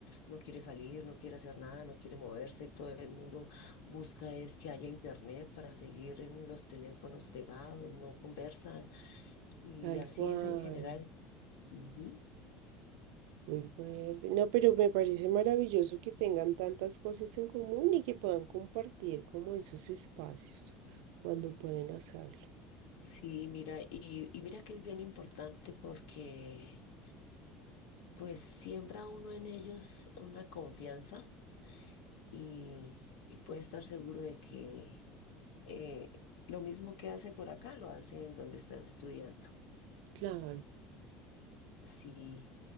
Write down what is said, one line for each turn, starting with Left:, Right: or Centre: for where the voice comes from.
Left: no quiere salir, no quiere hacer nada, no quiere moverse, todo el mundo busca es que haya internet para seguir en los teléfonos pegados, no conversan y
Right: Tal
Left: así
Right: cual.
Left: es en general. Ujú.
Right: Muy fuerte. No, pero me parece maravilloso que tengan tantas cosas en común y que puedan compartir como esos espacios cuando pueden hacerlo.
Left: Sí, mira, y, y mira que es bien importante porque pues siembra uno en ellos una confianza y, y puede estar seguro de que eh, lo mismo que hace por acá lo hace en donde está estudiando.
Right: Claro.
Left: Sí,